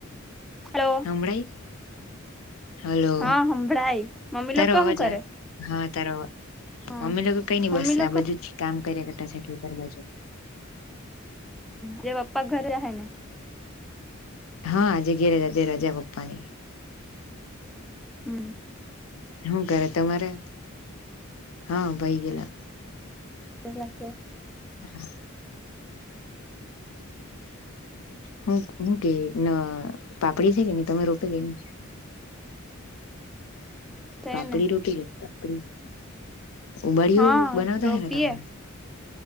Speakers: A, in the centre; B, on the left.
A: હલો
B: હમડાાઈ હલો
A: હા સંભળાય મમ્મી
B: તારો
A: લોકો
B: અવાજ
A: શું કરે
B: આવે હા તાર
A: હા
B: મમ્મી લોકો કઈ નઈ
A: મમ્મી
B: બસ
A: લોકો
B: આ બધું જ કામ કર્યા કર તાર બાજુ
A: હ બાપા ઘરે હ ને
B: હા આજે ઘેરજા તે રજા પપ્પા ની
A: હમ
B: શું કરે તમારે હા ભાઈ ગયેલા
A: જેલાશે
B: હ હ હું કે ના પાપડી છે કે ન તમે રોપે કેહી <inaudible>
A: તેને
B: પાપડી રોટી કે પાપડી ઉબાડીિયો
A: હા
B: બનાવતા
A: રોપીએ
B: હે ને તમે